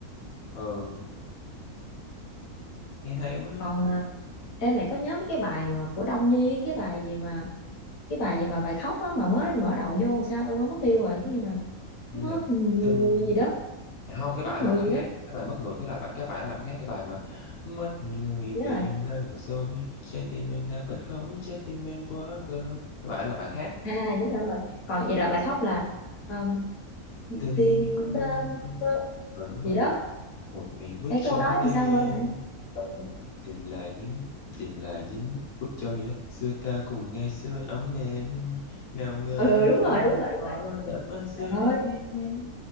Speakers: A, on the left (about 80°); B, on the left (about 65°).
A: ừ nghe hay quá ha
B: còn à, em mày có nhớ mấy cái bài mà của Đông Nhi á, cái bài gì mà cái bài gì mà bài khóc á mà mới mở đầu vô làm sao tôi quên mất tiêu rồi cái gì mà
A: vậy
B: mất
A: là
B: người
A: tin
B: gì đó
A: à, không cái bài
B: mất người
A: là bài
B: gì đó
A: khác cái bài mất người cái là bài cái bài là bài khác cái bài mà mất người
B: nhớ
A: vì
B: rồi
A: em đã lừa dối trái tim em đã bất khống trái tim em quá khờ cái bài là bài khác
B: à à, đúng rồi đúng rồi còn vậy là
A: ừ.
B: bài khóc là um, gì-
A: tình
B: tiền
A: cơn
B: tên
A: gió
B: cơ
A: ừ đúng
B: gì
A: rồi
B: đó
A: một miền bước
B: cái
A: trong
B: câu đó làm
A: đêm
B: sao quên vậy ừ,
A: tìm lại những tìm lại những bước chân như đó xưa ta cùng ngày xưa ấm êm nào ngờ
B: ừ đúng
A: cơn
B: rồi đúng rồi
A: gió
B: đúng rồi
A: đã ban xưa
B: trời ơi
A: đến với em